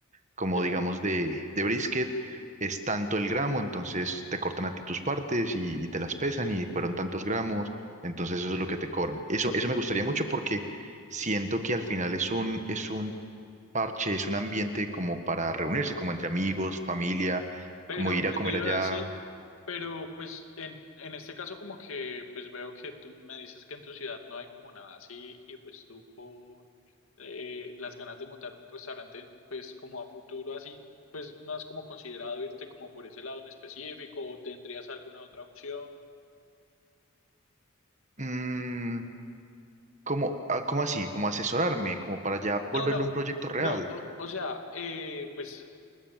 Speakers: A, on the right; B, on the left.
A: como
B: ya.
A: digamos de, de brisket, es tanto el gramo, entonces te cortan a ti tus partes y, y te las pesan y fueron tantos gramos, entonces eso es lo que te cobran. Eso, eso me gustaría mucho porque siento que al final es un, es un parche, es un ambiente como para reunirse, como entre amigos, familia,
B: Pero,
A: como ir
B: ¿qué
A: a comer
B: te iba
A: allá.
B: a decir? Pero, pues, en, en este caso como que, pues veo que tú me dices que en tu ciudad no hay como nada así y pues tú con eh, las ganas de montar un restaurante, pues como a futuro así, pues no has como considerado irte como por ese lado en específico o tendrías alguna otra opción.
A: mm, como, ah, cómo así, como asesorarme, como para ya
B: No,
A: volverlo
B: no,
A: un proyecto real.
B: no, o, o sea, eh, pues